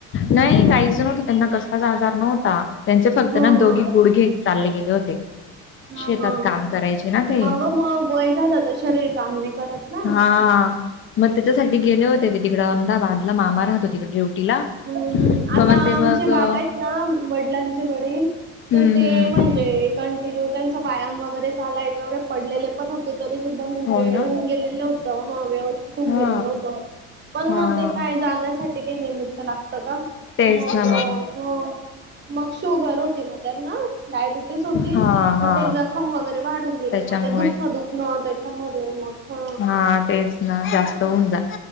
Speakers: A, on the left; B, on the right.
A: नाही काहीच नव्हतं त्यांना कसलाच आजार नव्हता त्यांचे फक्त
B: हां
A: ना दोघी
B: हां
A: गुडघे चालले गेले होते. ते
B: हां
A: शेतात
B: हां
A: काम करायचे ना ते
B: हां गं मग वय झालं तर शरीर काम नाही करत ना
A: हा. मग त्याच्यासाठी गेले होते ते तिकडडे अहमदाबादला मामा राहतो तिकडे ड्युटीला.
B: हम्मम्म
A: मग
B: आता
A: मग ते मग
B: आमचे
A: हम्म
B: बाबा <unintelligible> ना वडिलांचे वडील
A: हम्म
B: तर ते म्हणजे <unintelligible> कंटिन्यू त्यांचा व्यायाम वगैरे झालाय एवढे पडलेले <unintelligible> पण होते तरी सुद्धा म्हणजेऊन
A: हो ना
B: गेलेलं होतं ह व्यवस्थ <unintelligible> तिथून
A: हा
B: गेलेल होतं पण
A: हा
B: मग ते काय जाण्यासाठी काही निमित्त लागतं का
A: तेच
B: <unintelligible> मग
A: ना
B: ह <unintelligible> मग शुगर होती ना त्यांना डायबिटीस होती
A: हा
B: मग
A: हा
B: ते जखम वगैरे वाढून गेली
A: त्याच्यामुळे
B: मग ते दु दुखणं त्याच्यामध्ये मग
A: हा तेच ना जास्त होऊन जा